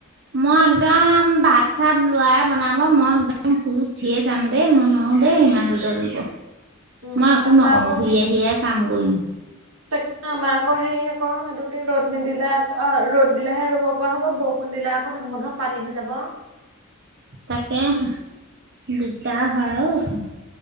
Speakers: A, on the right; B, on the right.
A: মই একদম ভাত-চাত লোৱাই বনাব মই একদম ফুুৰ উঠিয়ে যাম দেই মই নোৱাও দেই ইমান ৰদত ৰুব।
B: উম
A: মই একো
B: আমাৰ
A: নকও
B: আকৌ
A: ঘূৰি আহি এ কাম কৰিম।
B: তাক আমাক আকৌ সে আকৌ এইটোকে ৰ'দ নিদিলে, ৰ'দ দিলেহে ৰুব পৰা হ'ব ব। বৰষূণ দিলে আকৌ নহ'ব নহয় পানী হৈ যাব।
A: তাকে দিগদাৰ হয় অ,